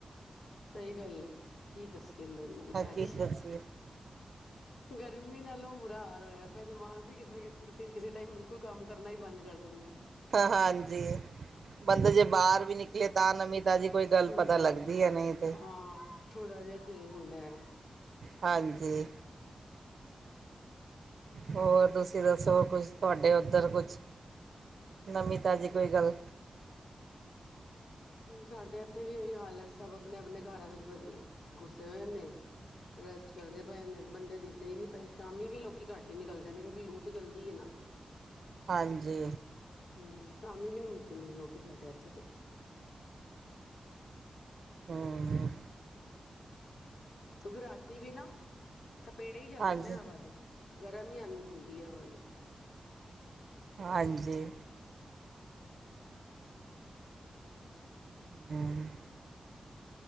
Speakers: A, on the left; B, on the right.
A: ਸਹੀ ਗੱਲ ਐ, ਕੀ ਦੱਸੀਏ ਨਵੀਂ ਤਾਾਜ਼ੀ
B: ਕੀ ਦੱਸੀਏ
A: ਗਰਮੀ ਨਾਲੋਂ ਬੁਰਾ ਹਾਲ ਹੋਇਆ ਪਿਆ ਦਿਮਾਗ ਓ ਵੀ ਕਿਸ ਕਿਸੇ-ਕਿਸੇ ਟਾਈਮ ਬਿਲਕੁਲ ਕੰਮ ਕਰਨਾ ਈ ਬੰਦ ਕਰ ਦਿੰਦਾ।
B: ਹਾਂਜੀ ਬੰਦੇ ਜੇ ਬਾਹਰ ਵੀ ਨਿਕਲੇ ਤਾਂ ਨਮੀ ਤਾਜੀ ਕੋਈ ਗੱਲ
A: ਥੋੜਾ
B: ਪਤਾ ਲੱਗਦੀ ਐ ਨਹੀਂ ਤੇ।
A: ਹਾਂ ਥੋੜਾ ਜਿਹਾ ਚੇਂਜ ਹੁੰਦਾ ਹੈ
B: ਹਾਂਜੀ। ਹੋਰ ਤੁਸੀਂ ਦੱਸੋ, ਕੁਛ ਤੁਹਾਡੇ ਉੱਧਰ ਕੁਛ ਨਵੀ ਤਾਜ਼ੀ ਕੋਈ ਗੱਲ?
A: ਸਾਡੇ ਇੱਥੇ ਵੀ ਉਹੀ ਹਾਲ ਐ ਸਭ ਆਪਣੇ ਆਪਣੇ ਘਰਾਂ ਵਿੱਚ ਗੁੱਸੇ ਹੋਏ ਨੇ। ਰੈਸਟ ਕਰਦੇ ਪਏ ਨੇ ਬੰਦੇ ਦਿਖਦੇ ਹੀ ਨੀ ਪਏ ਸ਼ਾਮੀ ਵੀ ਲੋਕੀ ਘੱਟ ਹੀ ਨਿਕਲਦੇ ਨੇ ਕਿਉਂਕਿ ਲੂ ਤਾਂ ਚੱਲਦੀ ਹੈ ਨਾ। <inaudible>
B: ਹਾਂਜੀ,
A: ਹੂੰ, ਸ਼ਾਮੀ ਵੀ ਨੀ ਦੀਦੀ ਲੋਕੀ ਸਾਡੇ ਇੱਥੇ ਤੇ
B: ਹਾਂ,
A: ਕਿਉਂਕਿ ਰਾਤੀ ਵੀ ਨਾ ਥਪੇੜੇ ਹੀ ਚੱਲਦੇ
B: ਹਾਂਜੀ
A: ਨੇ, ਹਵਾ ਦੇ ਗਰਮ ਹੀ ਹੁੰਦੀ ਹੈ ਹਵਾ ਵੀ
B: ਹਾਂਜੀ, ਹੂੰ,